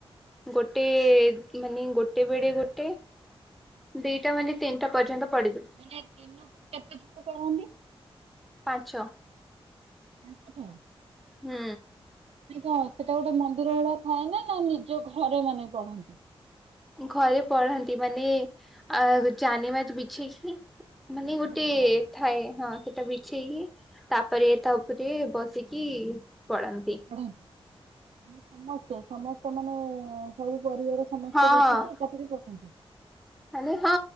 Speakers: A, in the centre; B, on the right.
A: ଗୋଟେ ମାନେ ଗୋଟେ ବେଳେ ଗୋଟେ ଦିଟା ମାନେ ତିନିଟା ପର୍ଯ୍ୟନ୍ତ ପଢିବେ
B: ମାନେ ଦିନକୁ କେତେ ଥର ପଢନ୍ତି?
A: ପାଞ୍ଚ।
B: ପାଞ୍ଚ ଟାଇମ୍?
A: ହୁଁ।
B: ହଁ ସେଟା ଗୋଟେ ମନ୍ଦିର ଭଳିଆ ଥାଏ ନା ନା ନିଜ ଘରେ ମାନେ ପଢନ୍ତି?
A: ଘରେ ପଢନ୍ତି ମାନେ ଆ <unintelligible> ବିଛେଇକି ମାନେ ଗୋଟେ
B: ହଁ ହଁ।
A: ଥାଏ ହଁ ସେଟା ବିଛେଇକି ତାପରେ ତା ଉପରେ ବସିକି ପଢ଼ନ୍ତି।
B: ପଢ଼ନ୍ତି ଆମେ ସମସ୍ତେ ସମସ୍ତେ ମାନେ ସବୁ ପରିବାର ସମସ୍ତେ
A: ହଁ
B: ବସିକି
A: ହଁ
B: ଚାକିରି କରୁଛନ୍ତି?
A: ମାନେ ହଁ